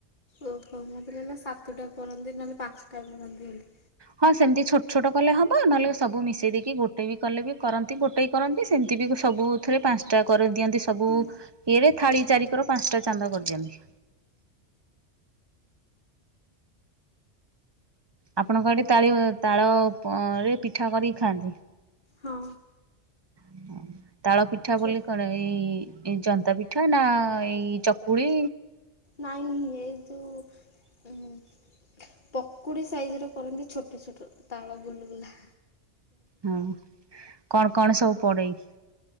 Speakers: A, on the left; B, on the right.
A: ଓହୋ ମତେ ଲାଗିଲା ସାତଟା କରନ୍ତି ନହେଲେ ପାଞ୍ଚଟା କରନ୍ତି ବୋଲି।
B: ହଁ ସେମିତି ଛୋଟ ଛୋଟ କଲେ ହବ ନହେଲେ ସବୁ ମିଶେଇ ଦେଇକି ଗୋଟେ ବି କଲେ ବି କରନ୍ତି ଗୋଟେଇ କରନ୍ତି ସେମିତି ବି ସବୁଥିରେ ପାଞ୍ଚଟା କରି ଦିଅନ୍ତି ସବୁ
A: ହୁଁ।
B: ଇଏରେ ଥାଳି ଚାରିିକର ପାଞ୍ଚଟା ଚାନ୍ଦ କରିଦିଅନ୍ତି। ଆପଣଙ୍କ ଆଡ଼େ ତାଳି ତାଳ ପରେ ପିଠା କରିକି ଖାଆନ୍ତି?
A: ହଁ।
B: <inaudible> ତାଳ ପିଠା
A: ଛୋ
B: ବୋଲି କଣ ଏଇ ଇଁ ଜନ୍ତା ପିଠା ନା ଏଇ ଚକୁଳି।
A: ନାଇଁ ଏଇ ଯୋଉ ଉଁ ପକୁଡ଼ି ସାଇଜି ର କରନ୍ତି ଛୋଟ ଛୋଟ ତାଳ ଗୁଲଗୁଲା।
B: ହୁଁ କଣ କଣ ସବୁ ପଡ଼େଇ?